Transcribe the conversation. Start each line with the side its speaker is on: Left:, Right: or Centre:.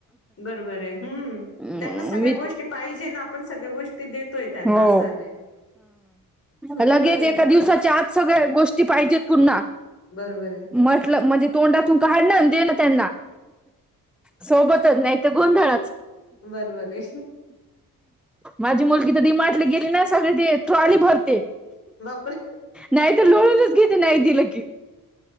Left: बरोबर आहे हम्म
Centre: अ
Left: त्यांना सगळ्या
Centre: मि
Left: गोष्टी पाहिजे ना आपण सगळ्या गोष्टी देतोय त्यांना
Centre: हो
Left: असं आलंय हम्म
Centre: लगेच
Left: बरोबर
Centre: एका
Left: आहे
Centre: दिवसा आज सगळ गोष्टी पाहिजेत पुन्हा
Left: बरबर
Centre: म्हटलं म्हणजे तोंडातून काढणं दे ना त्यांना सोबतच नाही तर गोंधळच.
Left: बरबर ए.
Centre: माझी मुलगी तर डीमाटले गेली ना, सगळे ते ट्रॉली भरते.
Left: बापर
Centre: नाही तर लोळूनच घेते, नाही दिलं की.